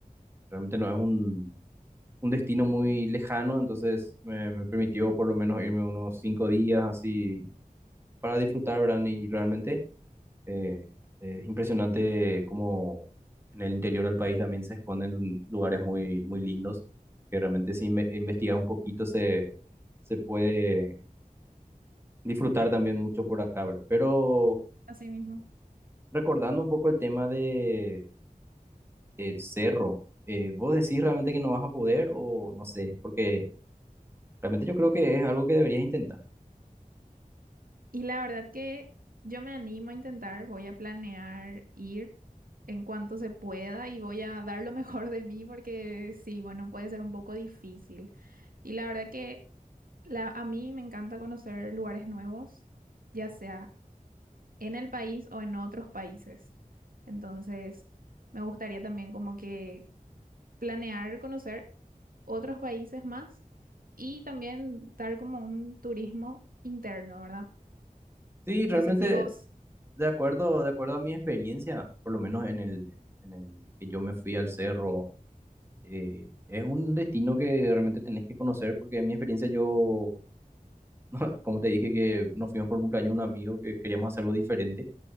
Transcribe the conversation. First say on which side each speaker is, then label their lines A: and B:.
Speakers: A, on the right (about 15°); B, on the right (about 80°).
A: Realmente no es un un destino muy lejano, entonces me, me permitió por lo menos irme unos cinco días así para disfrutar, ¿verdad? Y realmente eh, es impresionante cómo en el interior del país también se esconden lugares muy, muy lindos, que realmente si inve- investigas un poquito se, se puede disfrutar también mucho por acá, ¿verdad? Pero
B: Así mismo.
A: recordando un poco el tema de, del cerro, eh, ¿vos decís realmente que no vas a poder o no sé? Porque realmente yo creo que es algo que deberías intentar.
B: Y la verdad que yo me animo a intentar, voy a planear ir en cuanto se pueda y voy a dar lo <laughs> mejor de mí porque sí, bueno, puede ser un poco difícil. Y la verdad que la, a mí me encanta conocer lugares nuevos, ya sea en el país o en otros países. Entonces, me gustaría también como que planear conocer otros países más y también dar como un turismo interno, ¿verdad?
A: Sí, realmente,
B: No sé si vos.
A: de acuerdo, de acuerdo a mi experiencia, por lo menos en el, en el que yo me fui al cerro, eh, es un destino que realmente tenés que conocer, porque en mi experiencia yo, <laughs> como te dije, que nos fuimos por un cumpleaños de un amigo que queríamos hacer algo diferente,